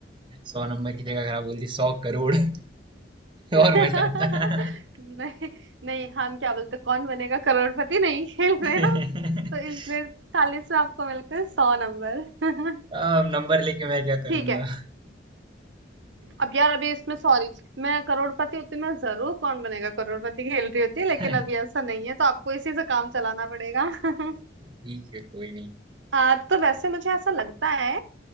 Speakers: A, on the right; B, on the right.
A: सौ नंबर की जगह खराब बोल दी सौ करोड़ <laughs>
B: नहीं
A: और मजा आता
B: नहीं हम क्या बोलते कौन बनेगा करोड़पति नहीं खेल
A: <laughs>
B: रहे ना तो इसलिए चालीस में आपको मिलते हैं सौ नंबर
A: अब
B: <laughs>
A: नंबर लेके मैं क्या करूंगा
B: ठीक है अब यार अभी इसमें सॉरी मैं करोड़पति होती मैं जरूर कौन बनेगा करोड़पति खेल रही होती
A: <laughs>
B: लेकिन अभी ऐसा नहीं है तो आपको इसी से काम चलाना पड़ेगा <laughs>
A: ठीक है कोई नहीं
B: आ, तो वैसे मुझे ऐसा लगता है